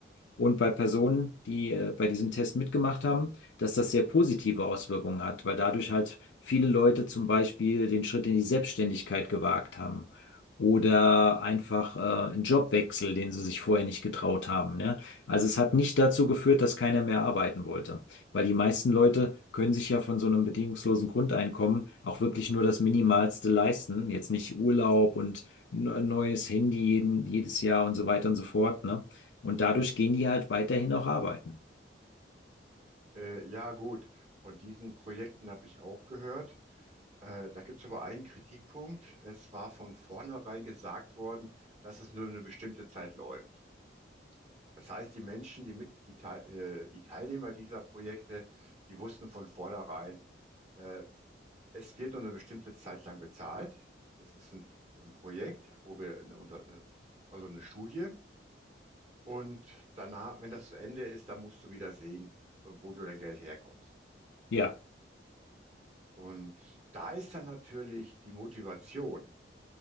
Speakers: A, on the left; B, on the right.
A: und bei Personen, die äh, bei diesem Test mitgemacht haben, dass das sehr positive Auswirkungen hat, weil dadurch halt viele Leute zum Beispiel den Schritt in die Selbstständigkeit gewagt haben oder einfach äh, einen Jobwechsel, den sie sich vorher nicht getraut haben. Ne? Also es hat nicht dazu geführt, dass keiner mehr arbeiten wollte, weil die meisten Leute können sich ja von so einem bedingungslosen Grundeinkommen auch wirklich nur das Minimalste leisten, jetzt nicht Urlaub und ein neues Handy jeden, jedes Jahr und so weiter und so fort, ne? Und dadurch gehen die halt weiterhin auch arbeiten.
B: Äh, ja, gut. Von diesen Projekten habe ich auch gehört. Äh, da gibt es aber einen Kritikpunkt. Es war von vornherein gesagt worden, dass es nur eine bestimmte Zeit läuft. Das heißt, die Menschen, die mit, die, Teil- äh, die Teilnehmer dieser Projekte, die wussten von vornherein, äh, es wird nur eine bestimmte Zeit lang bezahlt. Es ist ein, ein Projekt, wo wir eine, unter, eine- also eine Studie. Und danach, wenn das zu Ende ist, dann musst du wieder sehen, wo du dein Geld herkommst.
A: Ja,
B: Und da ist dann natürlich die Motivation.